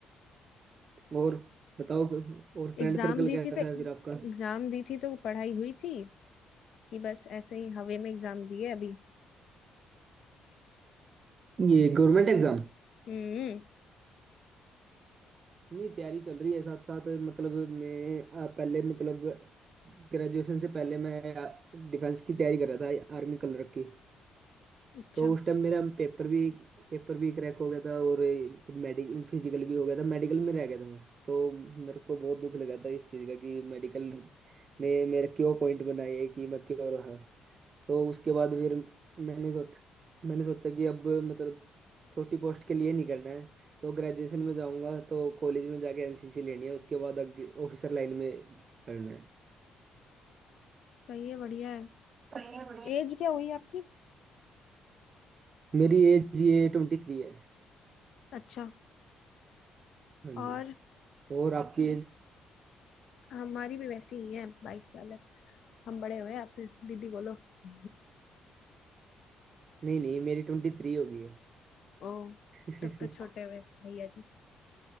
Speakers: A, on the right; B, on the left.
A: और बताओ और फ्रेंड
B: एग्जाम
A: सर्कल
B: दी
A: कैसा
B: थी तो
A: है
B: एग्जाम
A: फिर आपका
B: दी थी तो पढ़ाई हुई थी कि बस ऐसे ही हवे में एग्जाम दिए अभी
A: ये गवर्नमेंट एग्जाम
B: हम्म
A: नहीं तैयारी चल रही है साथ साथ मतलब मैं आ, पहले मतलब ग्रेजुएशन से पहले मैं डिफेंस की तैयारी कर रहा था आर्मी कलर की
B: अच्छा
A: तो उस टाइम मेरा पेपर भी पेपर भी क्रैक हो गया था और मेडिकल फिजिकल भी हो गया था मेडिकल में रह गया था मैं तो मेरे को बहुत दुख लगा था इस चीज़ का कि मेडिकल ने मेरा क्यों पॉइंट बनाया है कि मैं क्यों रहा तो उसके बाद फिर मैंने सोच मैंने सोचा कि अब मतलब छोटी पोस्ट के लिए नहीं करना है तो ग्रेजुएशन में जाऊंगा तो कॉलेज में जाके एनसीसी लेनी है उसके बाद आगे ऑफिसर लाइन में करना
B: सही है बढ़िया है
A: है
B: एज क्या हुई आपकी
A: मेरी एज ये ट्वेंटी थ्री है
B: अच्छा
A: हाँ जी
B: और
A: और आपकी एज
B: हमारी भी वैसी ही है बाईस साल है हम बड़े हुए आपसे दीदी बोलो <laughs>
A: नहीं नहीं मेरी ट्वेंटी थ्री हो गई है
B: ओ
A: <laughs>
B: तब तो छोटे हुए भैया जी